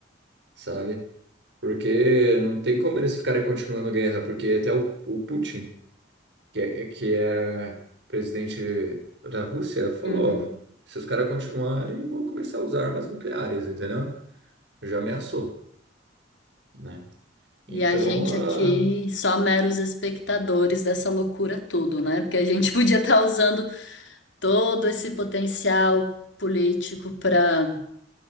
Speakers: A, on the right (about 65°); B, on the left (about 70°).
A: sabe? Porque não tem como eles ficarem continuando a guerra, porque até o, o Putin, que é, que é presidente da Rússia, falou,
B: Uhum.
A: ó, se os caras continuarem, vou começar a usar armas nucleares, entendeu? Já ameaçou, né? Então,
B: E a gente
A: ah,
B: aqui só meros espectadores dessa loucura tudo, né? Porque a gente <laughs> podia estar usando todo esse potencial político para